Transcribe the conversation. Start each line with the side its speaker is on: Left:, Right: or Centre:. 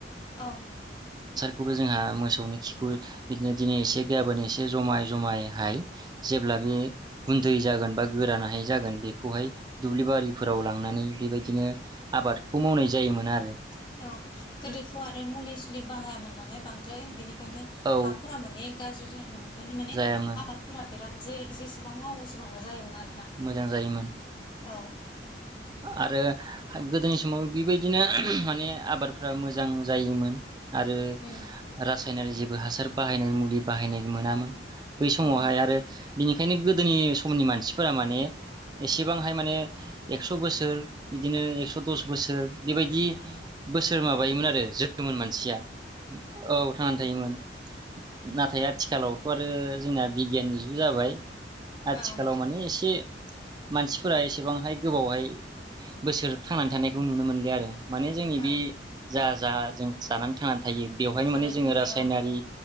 Left: औ
Right: खौबो जोंहा मोसौनि खिखौ बिदिनो दिनै एसे गाबोन एसे जमाय जमायहाय जेब्ला बे गुन्दै जागोन बा गोरान हाय जागोन बेखौहाय दुब्लि बारिफोराव लांनानै बेबायदिनो आबादखौ मावनाय जायोमोन आरो
Left: औ गोदोथ' आरो मुलि सुलि बाहायामोन नालाय बांद्राय बेनिखायनो
Right: औ
Left: हा फोरा माने गार ज्रि जायामोन <unintelligible> ओंखायनो माने
Right: जायामोन
Left: आबादफोरा बिराद जे जेसेबां मावो एसेबांनो जायोमोन आरो <unintelligible>
Right: मोजां जायोमोन
Left: औ
Right: आरो गोदोनि समाव बेबायदिनो माने आबादफ्रा मोजां जायोमोन। आरो
Left: उम
Right: रा साइनारि जेबो हासार बाहायनाय मुलि बाहायनाय मोनामोन। बै समावहाय
Left: औ
Right: आरो बिनिखायनो गोदोनि समनि मानसिफोरा माने एसेबांहाय माने एक्स' बोसोर बिदिनो एक्स' दस बोसोर
Left: औ
Right: बेबायदि
Left: औ
Right: बोसो सोर माबायोमोन आरो <unintelligible> मानसिया औ थांनानै थायोमोन नाथाय आथिखालावथ' आरो जोंना बिगियाननि जुग जाबाय। आथिखालाव
Left: औ
Right: माने एसे मानसिफोरा एसेबांहाय गोबावहाय बोसोर थांनानै थानायखौ नुनो मोनलिया आरो माने जोंनि
Left: औ
Right: बे जा जा जों जानानै थांनानै थायो बेवहायनो
Left: जानाय
Right: माने जोङो
Left: लोंनाय
Right: रासायनारि
Left: औ